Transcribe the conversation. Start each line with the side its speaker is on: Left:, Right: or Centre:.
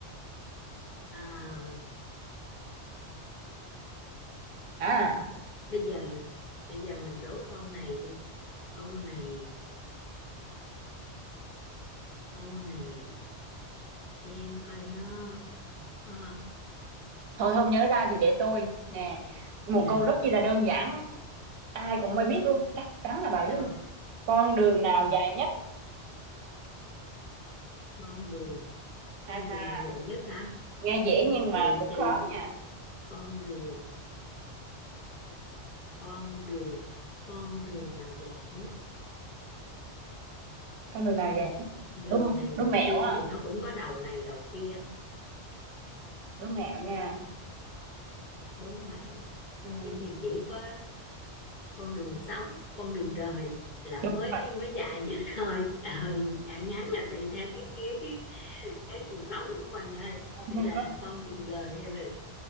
Left: à,
Right: à
Left: bây giờ bây giờ mình đố câu này đi câu này câu này xem coi nó ờ,
Right: thôi không nhớ ra thì để tôi nè một
Left: nè
Right: câu rất chi là đơn giản ai cũng mới biết luôn chắc chắn là bà biết
Left: đâu
Right: luôn con đường nào
Left: đâu
Right: dài nhất
Left: con đường
Right: ha
Left: con đường
Right: ha
Left: nào dài nhất hả
Right: nghe dễ nhưng
Left: thì
Right: mà cũng
Left: thì
Right: khó nha
Left: con đường con đường con đường nào dài nhất
Right: con đường nào
Left: dài
Right: dài nhất
Left: đường
Right: đố
Left: này
Right: đố
Left: đường
Right: mẹo
Left: kia
Right: á
Left: thì nó cũng có đầu này đầu kia
Right: đố mẹo nha
Left: đố mẹo
Right: ừ,
Left: vậy thì chỉ có con đường sống con đường đời là
Right: đúng
Left: mới
Right: rồi
Left: mới dài nhất thôi ừ dài ngắn là tùy theo cái cái cái cuộc sống của mình thôi
Right: <laughs>
Left: thì là
Right: có
Left: con đường đời hay là